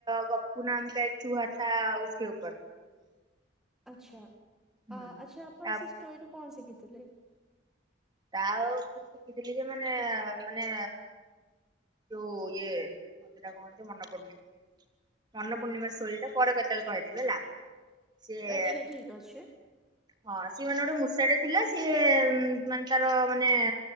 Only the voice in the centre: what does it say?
ଆଚ୍ଛା
ଆ ଆଚ୍ଛା ଆପଣ
ସେ ଷ୍ଟୋରି ରୁ କଣ ଶିଖିଥିଲେ?
ଆଚ୍ଛା ଠିକ ଅଛି